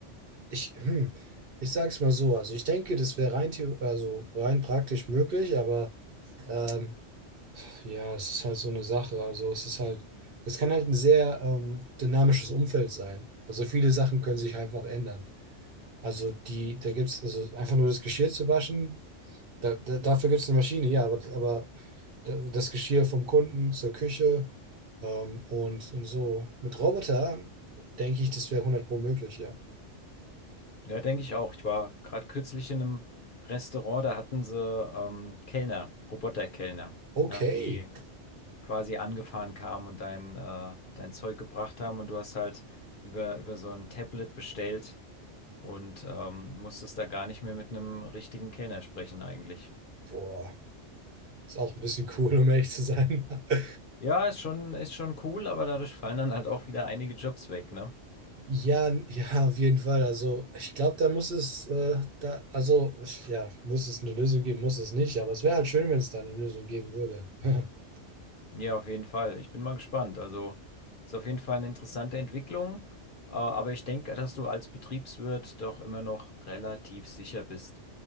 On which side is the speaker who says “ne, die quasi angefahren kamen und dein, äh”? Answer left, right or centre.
Left